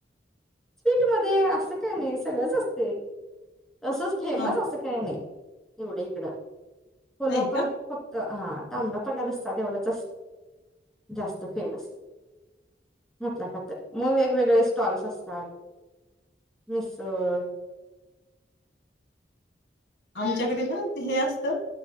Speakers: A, in the centre; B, on the left.
A: स्वीट मध्ये अस काय नाही? सगळंच असते तसंच फेमस
B: हां,
A: असं काही नाही एवढे इकड कोल्हापुरात
B: नाही का?
A: फक्त हा तांबड पांढर रस्सा एवढंच अस जास्त फेमस म्हंटलासा तर मग वेगवेगळे स्टॉल्स असतात मिसळ
B: आमच्याकडे ना ते हे असतं